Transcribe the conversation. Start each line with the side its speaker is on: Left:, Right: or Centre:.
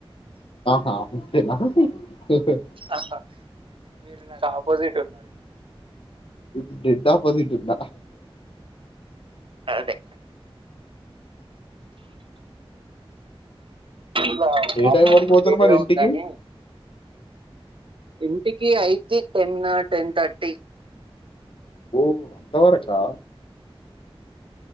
Left: ఆహా ఇంతేనా హ్మ్
Right: ఆహా మీరు నాకు ఆపోజిట్ ఉన్నరు
Left: నీకు డెడ్ ఆపోజిట్ ఉన్న
Right: అదే ఇంకా
Left: ఏ
Right: ఆప
Left: టైం వరకు
Right: మొత్తం
Left: పోతారు
Right: వేడిగా
Left: మరి ఇంటికి?
Right: ఉందని ఇంటికి అయిద్ది టెన్ను టెన్ థర్టీ
Left: ఓ అంతవరకా